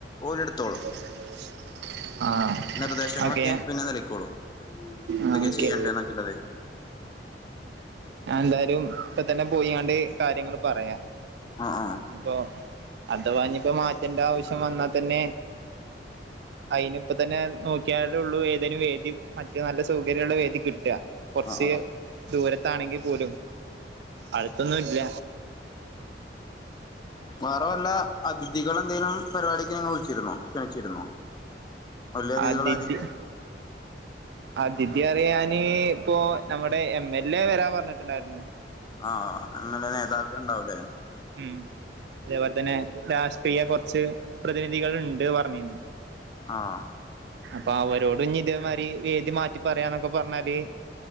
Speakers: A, on the left; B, on the right.
A: ഓല്ട്ത്തോളും
B: <inaudible> ആഹ്
A: നിർദേശങ്ങളൊക്കെ
B: ഓക്കെ
A: പിന്നെ നൽകിക്കോളും എന്തൊക്കെ
B: ആഹ് ഓക്കെ
A: ചെയ്യേണ്ടെന്നൊക്കെള്ളത്
B: ഞാനെന്തായാലും ഇപ്പൊ തന്നെ പോയിങ്ങാണ്ട് കാര്യങ്ങള് പറയാം
A: ആ ആ
B: ഇപ്പൊ അഥവാ ഇനിപ്പോ മാറ്റണ്ട ആവശ്യം വന്നാ തന്നെ അയിനിപ്പൊ തന്നെ നോക്കിയാലൊള്ളൂ ഏതേലും വേദി മറ്റു നല്ല സൗകര്യമുള്ള വേദി കിട്ട കുറച്ച്
A: ആ ആ
B: ദൂരത്താണെങ്കിൽ പോലും അടുത്തൊന്നും ഇല്ല
A: മാറൊല്ല അതിഥികൾ എന്തങ്കലും പരിപാടിക്ക് ഞൾ വിളിച്ചിരോ ക്ഷണിച്ചിരുന്നോ വലിയ അതിഥികൾ
B: അതിഥി
A: ആരെയും ഉണ്ടല്ലോ
B: അതിഥി അറിയാന് ഇപ്പൊ നമ്മുടെ എം എൽ എ വരാ പറഞ്ഞിട്ടുണ്ടായിരുന്ന്
A: ആഹ് എം എൽ എ നേതാക്കൾ ഉണ്ടാവുലേ
B: ഉം അതേപോലെ തന്നെ രാഷ്ട്രീയ കുറച്ച് പ്രതിനിധികൾ ഇണ്ട് പറഞ്ഞിന്ന്
A: ആഹ്
B: അപ്പൊ അവരോടും ഇതേമാതിരി വേദി മാറ്റി പറയാന്നൊക്കെ പറഞ്ഞാല്